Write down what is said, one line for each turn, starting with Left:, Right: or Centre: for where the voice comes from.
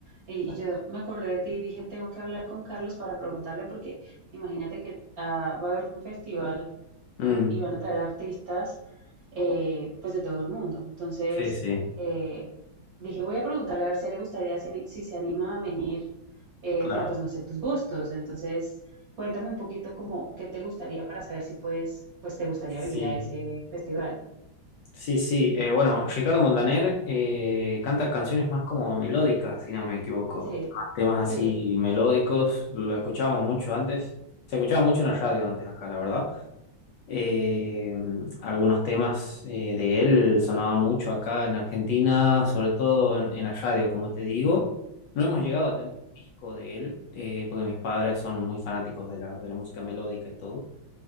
Right: Y y yo me acordé de ti y dije, tengo que hablar con Carlos para preguntarle porque imagínate que ah, va a haber un festival
Left: Mm,
Right: y van a traer artistas eh, pues de todo el mundo. Entonces
Left: sí, sí,
Right: eh, dije, voy a preguntarle a ver si a él le gustaría, si, ani- si se anima a venir, eh,
Left: claro.
Right: pero pues no sé tus gustos. Entonces cuéntame un poquito como qué te gustaría para saber si puedes, pues te gustaría venir
Left: Sí,
Right: a ese festival.
Left: sí, sí. eh, bueno, Ricardo Montaner eh, canta canciones más como melódicas, si no me equivoco.
Right: Sí,
Left: Más Temas así
Right: sí.
Left: melódicos, lo escuchábamos mucho antes. Se escuchaba mucho en la radio antes acá, la verdad. Eh, algunos temas eh, de él sonaban mucho acá en Argentina, sobre todo en, en la radio, como te digo. No hemos llegado a tener disco de él, eh, porque mis padres son muy fanáticos de la, de la música melódica y todo,